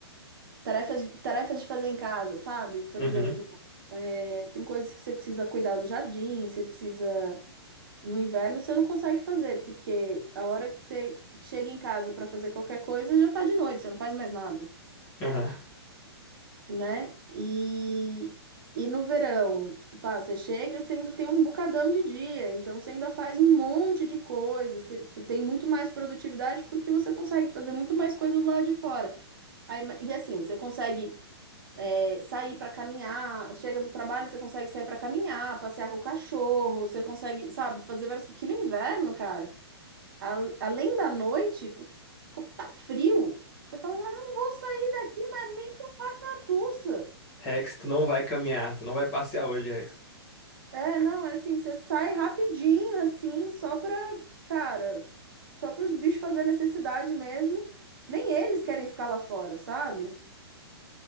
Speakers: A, on the right; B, on the left.
A: Tarefas, de- tarefas de fazer em casa, sabe? Por
B: Uhum.
A: exemplo, é, tem coisas que você precisa cuidar do jardim, você precisa. No inverno você não consegue fazer, porque a hora que você chega em casa para fazer qualquer coisa já tá de noite, você não faz mais nada,
B: Uhum.
A: né? E, e no verão, pá, você chega, você ainda tem um bocadão de dia, então você ainda faz um monte de coisa, você, você tem muito mais produtividade porque você consegue fazer muito mais coisa do lado de fora. Aí, ma- e assim, você consegue. É, sair para caminhar, chega do trabalho, você consegue sair para caminhar, passear com o cachorro, você consegue, sabe, fazer várias coisas. Que no inverno, cara, a- além da noite, pu- co- tá frio. Você fala, cara, eu não vou sair daqui, Matussa.
B: Rex, tu não vai caminhar, tu não vai passear hoje, Rex.
A: É, não, é assim, você sai rapidinho, assim, só pra, cara, só para os bichos fazer necessidade mesmo. Nem eles querem ficar lá fora, sabe?